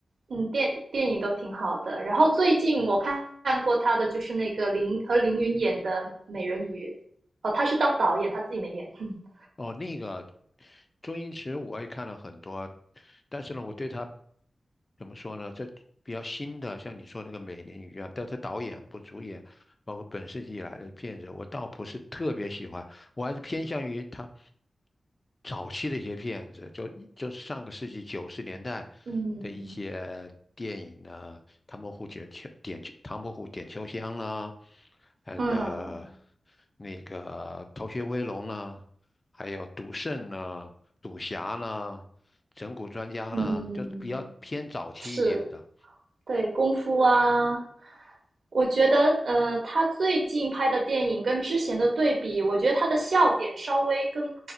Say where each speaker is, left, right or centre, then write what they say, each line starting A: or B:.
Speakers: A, on the right; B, on the left.
A: 嗯电电影都挺好的。然后最近我看看过他的就是那个林和林允演的《美人鱼》，哦，他是当导演，他自己没演。<laughs>
B: 哦，那个周星驰我也看了很多，但是呢，我对他怎么说呢？这比较新的，像你说那个《美人鱼》啊，但是导演不主演，包括本世纪以来的片子，我倒不是特别喜欢，我还是偏向于他早期的一些片子，就就是上个世纪九十年代
A: 嗯
B: 的一些电影呢，《唐伯虎点秋点秋唐伯虎点秋香》啦，and
A: 嗯
B: 呃那个《逃学威龙》啦。还有赌圣呢、赌侠呢、整蛊专家呢，
A: 嗯，
B: 就比较偏早期一点的。
A: 是。对，功夫啊，我觉得，呃，他最近拍的电影跟之前的对比，我觉得他的笑点稍微更